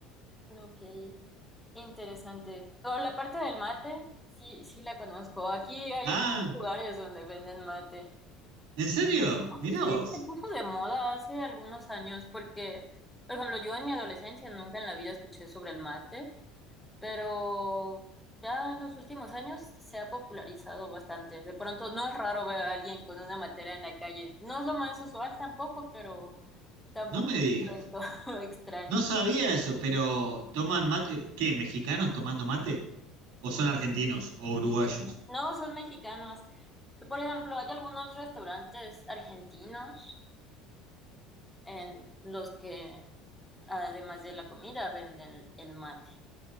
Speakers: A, in the centre; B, on the right (about 75°).
A: Ok. Interesante. Con la parte del mate, sí, sí la conozco. Aquí hay
B: Ah,
A: algunos lugares donde venden mate.
B: ¿en serio? Mirá
A: Sí,
B: vos,
A: se puso de moda hace algunos años porque, por ejemplo, yo en mi adolescencia nunca en la vida escuché sobre el mate, pero ya en los últimos años se ha popularizado bastante. De pronto no es raro ver a alguien con una matera en la calle. No es lo más usual tampoco, pero tampoco
B: no me digas.
A: es algo <laughs> extraño.
B: No sabía eso, pero ¿toman mate? ¿Qué? ¿Mexicanos tomando mate? ¿O son argentinos o uruguayos?
A: No, son mexicanos. Por ejemplo, hay algunos restaurantes argentinos en los que, además de la comida, venden el mate.